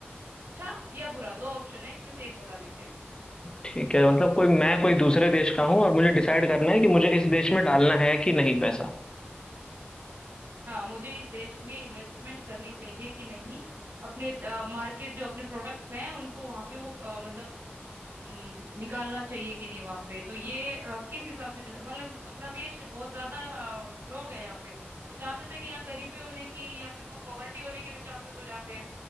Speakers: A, on the right; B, on the left.
A: अच्छा या बुरा दो ऑप्शन है इसमें से एक बता दीजिए
B: ठीक है मतलब कोई मैं कोई दूसरे देश का हूँ और मुझे डिसाइड करना है कि मुझे इस देश में डालना है कि नहीं पैसा
A: हाँ मुझे इस देश में इन्वेस्टमेंट करनी चाहिए कि नहीं अपने मार्केट जो अपने प्रोडक्ट्स हैं उनको वहां पे वो अ, मतलब हम्म, निकालना चाहिए कि नहीं वहां पे तो ये अ, किस हिसाब से डिस- मतलब अपना देश बहुत ज्यादा अ, लोग हैं यहाँ पे तो चांसेस है कि यहाँ गरीबी होने की या फिर वो पॉवर्टी होने के भी चांसेस हो जाते हैं